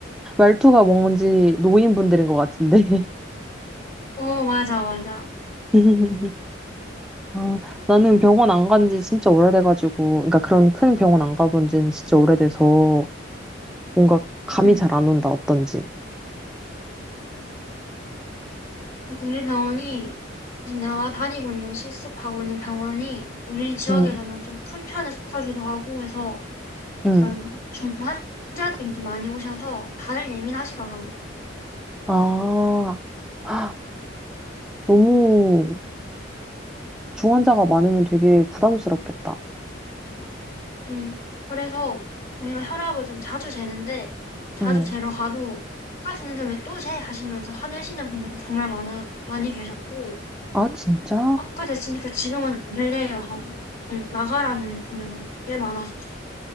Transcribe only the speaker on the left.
어 맞아 맞아.
음
우리 병원이 지금 내가 다니고 있는 실습하고 있는 병원이 우리 지역에서는
좀 큰 편에 속하기도 하고 해서
약간 중환자들이 좀 많이 오셔서 다들 예민하시더라고.
음, 그래서 우리가 혈압을 좀 자주 재는데, 자주
재러 가도, 아까 는데 왜 또 재? 하시면서 화내시는 분들도 정말 많아, 많이 계셨고,
아까 됐으니까 지금은 안 될래요 하고, 음, 나가라는 분들도 꽤 많았었어.